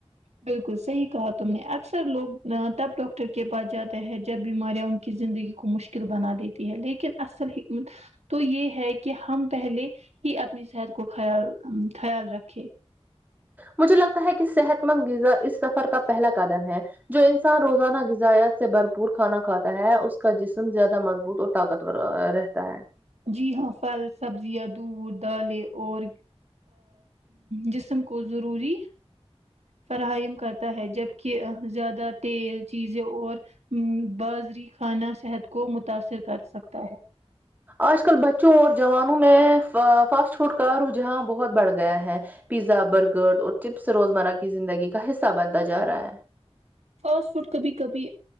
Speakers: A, on the right; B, on the right.
A: بالکل صحیح کہا تم نے اکثر لوگ تب ڈاکٹر کے پاس جاتے ہے جب بیماریاں زندگی کو مشکل بنا دیتی ہے لیکن اصل حکمت تو یے ہے کی ہم پہلے ہی اپنی صحت کو خیال خیال رکھے
B: مجھے لگتا ہے کی صحت مند غذا اس سفر کا پہلا قدم ہے جو انسان روزانہ غذات سے بھرپور کھانا کھاتا ہے اس کا جسم زیادہ مضبوط اور طاقتور رہتا ہے
A: جی ہاں پھل سبزیاں دودھ دالیں اور جسم کو ضروری فراہم کرتا ہے جبک زیادہ تیل چیزیں اور ہمم بازری کھانا صحت کو متاثر کر سکتا ہے
B: آج کل بچوں اور جوانوں میں فاسٹ فوڈ کا رجحان بہت بڑھ گیا ہے پیزا برگر اور چپس روزمرہ کی زندگی کا حصہ بنتا جا رہا ہے
A: فاسٹ فوڈ کبھی کبھی